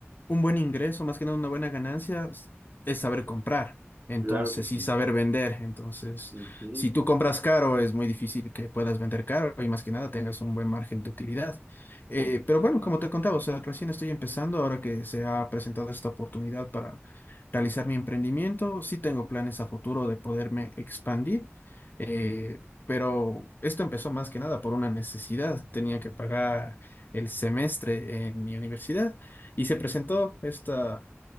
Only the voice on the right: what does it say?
Claro que sí.
Ujú,
Completamente.
de
acuerdo.